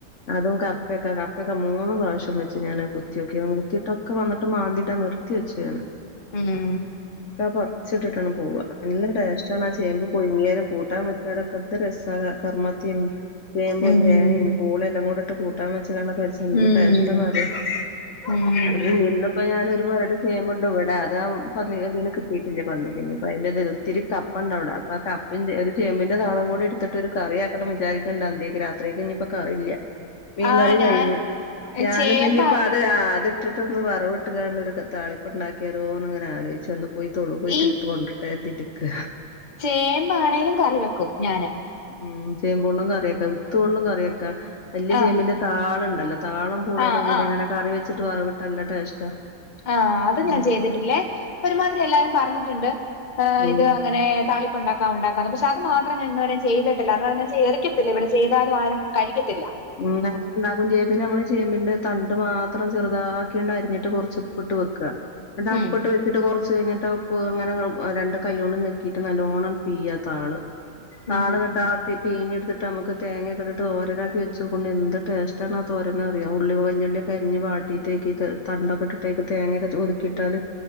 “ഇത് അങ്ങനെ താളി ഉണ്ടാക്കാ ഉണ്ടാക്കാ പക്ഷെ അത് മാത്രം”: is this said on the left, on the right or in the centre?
Left